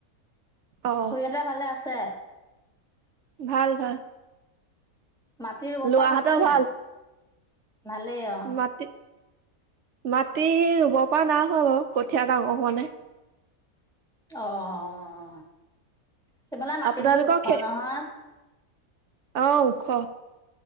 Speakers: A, on the right (about 65°); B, in the centre.
A: অ
B: ভালে আছে
A: ভাল ভাল
B: মাটি ৰুব
A: ল'ৰাহঁতৰ
B: পৰা হৈছে
A: ভাল
B: নাই ভালেই আৰু
A: মাটি মাটি ৰুব পৰা নাই হোৱা বাৰু কঠীয়া ডাঙৰ হোৱা নাই
B: অ অ সেইফালে মাটিবোৰ
A: আপোনালোকৰ
B: ওখ
A: খে
B: নহয়
A: অ খ